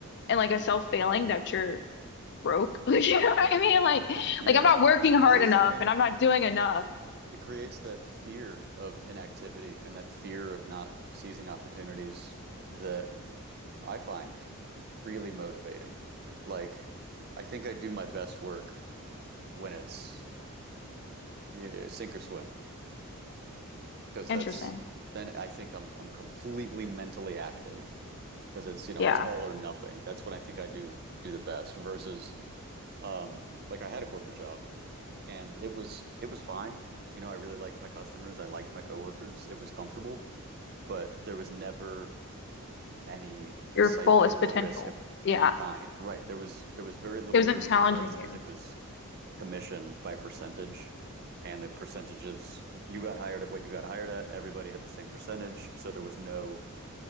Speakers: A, on the left; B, on the right.
A: and like a self failing that you're broke <laughs> you know what I mean like
B: yeah.
A: like I'm not working hard
B: No, yeah.
A: enough
B: I mean,
A: and I'm not doing enough
B: it creates that fear of inactivity and that fear of not seizing opportunities that I find really motivating. Like, I think I do my best work when it's yeah, sink or swim, because
A: interesting
B: that's then I think I'm I'm completely mentally active because it's, you know,
A: yeah
B: it's all or nothing. That's when I think I do do the best versus um like I had a corporate job and it was it was fine. You know, I really liked my customers. I liked my coworkers. It was comfortable, but there was never any excitement
A: your fullest
B: or
A: potential
B: risk of
A: yeah
B: any kind. Right. There was there was very little
A: it wasn't
B: room
A: challenging
B: for growth because
A: you
B: it was commission by percentage. And the percentages you got hired at what you got hired at, everybody had the same percentage. So there was no